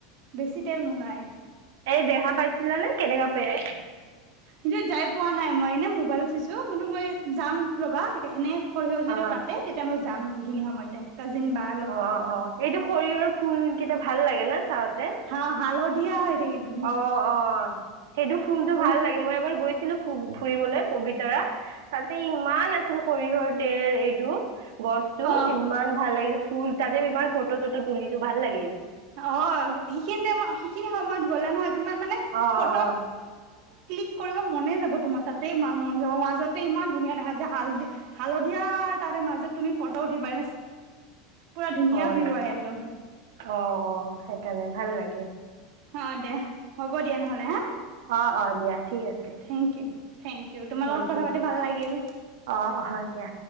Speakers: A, on the right; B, on the right.
A: বেছি তেল নোলায়
B: এ, দেহা পাইছিলা নে, কেনেককা পেৰে
A: কিন্তু, যাই পোৱা নাই মই, এনে মোবাইল চিছো কিন্তু মই যাম ৰবা এনে সৰিয়হ যদিও
B: অ
A: কাটে, তেতিয়া মই যাম সেইখিনি সময়তে কাজিন বা
B: অ', এইটো সৰিয়হৰ ফুল কেইটা ভাল লাগে না চাওঁতে
A: হা হালধিয়া হৈ থ
B: অ', সেইটো ফুলটো
A: উম,
B: ভাল লাগে মই এবাৰ গৈছিলো ফুৰিবলৈ পবিতাৰ তাতে, ইমান আছিল সৰিয়হৰ তেল এইটো গছটো
A: অ
B: ইমান ভাল লাগিছে, ফুল তাতে ইমান ফটো চটো তুলিছো, ভাল লাগিল
A: অ', সেইখিনি টাইম সেইখিনি সময়ত গ'লা নহয় তোমাৰ মানে
B: অ
A: ফটো
B: অ
A: ক্লিক কৰিব মনে যাব, তোমাৰ তাতে মন যাব, মাজতে ইমান ধুনীয়া দেখা যায় হাল দি হালধীয়া, তাৰে মাজত তুমি ফটো উঠিবা পুৰা ধুনীয়া
B: হয়
A: ভিউ আহে একদম
B: অ', অ', সেইকাৰণে ভাল লাগে
A: অ', দিয়া হ'ব দিয়া নহ'লে হা
B: অ ', অ', দিয়া ঠিক আছে
A: থেংক ইউ, থেংক ইউ, তোমাৰ
B: থেংক
A: লগত কথা
B: ইউ
A: পাতি ভাল লাগিল
B: অ অ দিয়া